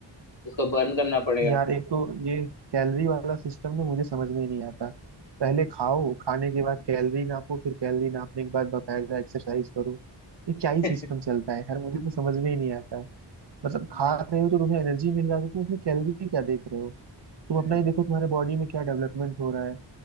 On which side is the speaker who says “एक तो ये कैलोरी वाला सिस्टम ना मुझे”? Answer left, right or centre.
Right